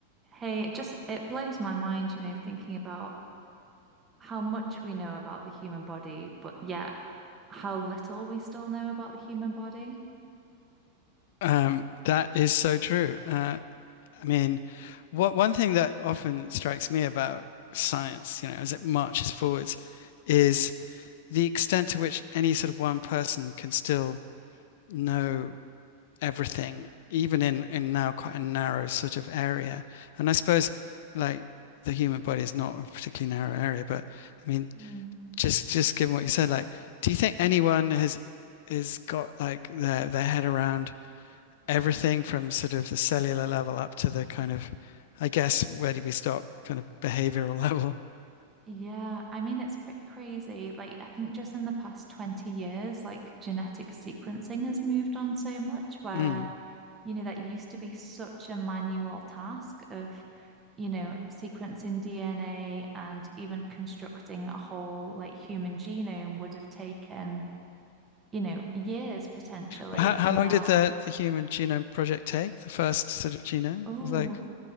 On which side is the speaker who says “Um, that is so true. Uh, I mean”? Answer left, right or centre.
Left